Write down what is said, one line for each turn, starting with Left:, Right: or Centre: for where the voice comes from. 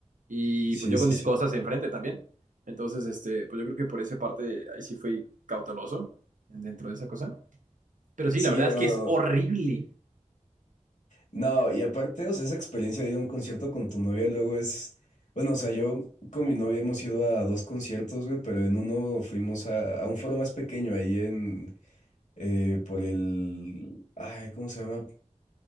Right: y
Left: sí,
Right: pues yo
Left: sí,
Right: con mis
Left: sí.
Right: cosas enfrente también. Entonces, este, pues yo creo que por esa parte ahí sí fui cauteloso dentro de esa cosa. Pero sí,
Left: Sí,
Right: la verdad
Left: hermano,
Right: es que es horrible.
Left: No, y aparte, o sea, esa experiencia de ir a un concierto con tu novia luego es, bueno, o sea, yo con mi novia hemos ido a dos conciertos, güey, pero en uno fuimos a, a un foro más pequeño ahí en, eh, por el, ay, ¿cómo se llama?